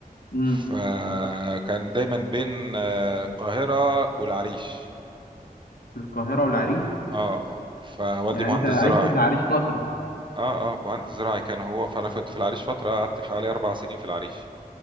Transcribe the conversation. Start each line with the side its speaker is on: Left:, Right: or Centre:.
Left: امم
Right: فكان دايما بين آه، القاهرة والعريش
Left: في القاهرة والعريش
Right: اه اه فوالدي
Left: يعني
Right: مهندس
Left: انت عشت
Right: زراعي
Left: في العريش فترة
Right: اه اه مهندس زراعي كان هو فانا كنت في العريش فترة قعدت حوالي اربع سنين في العريش